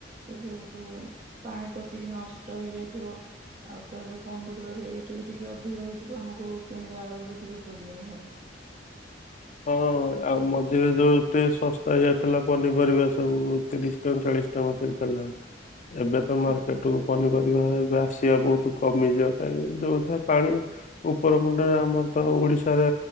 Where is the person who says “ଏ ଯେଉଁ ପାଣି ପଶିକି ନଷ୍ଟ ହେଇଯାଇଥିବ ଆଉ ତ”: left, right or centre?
Right